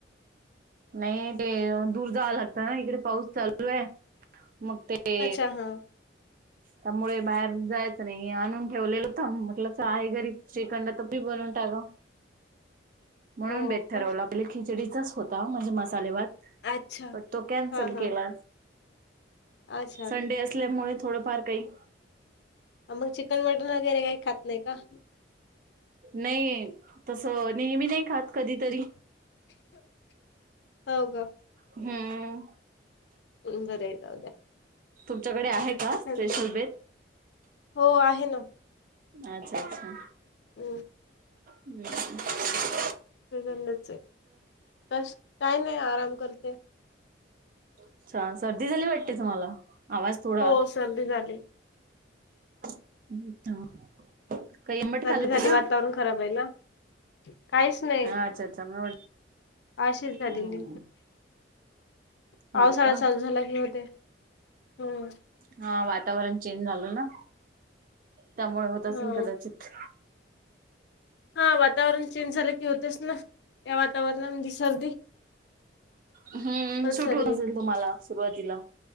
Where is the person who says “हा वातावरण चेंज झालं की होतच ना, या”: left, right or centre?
Left